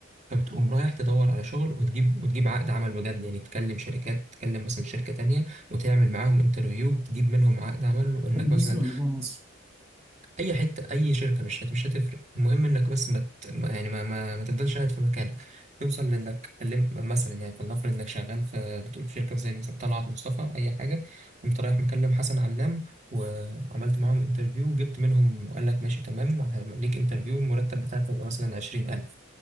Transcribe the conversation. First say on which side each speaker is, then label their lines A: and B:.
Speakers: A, on the right (about 35°); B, on the right (about 15°).
A: فبتقوم رايح تدور على شغل وتجيب وتجيب عقد عمل بجد يعني تكلم شركات تكلم مثلا شركة تانية وتعمل معاهم انترفيو تجيب منهم عقد عمل وانك
B: بره
A: مثلا
B: مصر ولا جوه مصر
A: اي حتة اي شركة مش هت- مش هتفرق المهم انك بس ما ت- ما- يعني ما ما, ما تفضلش قاعد في مكانك توصل لانك كلمت مثلا يعني فلنفرض انك شغال في بتقول في شركة زي مثلا طلعت مصطفى اي حاجة قمت رايح مكلم حسن علام وعملت معاهم انترفيو وجبت منهم وقال لك ماشي تمام ليك انترفيو المرتب بتاعك هيبقى مثلا 20000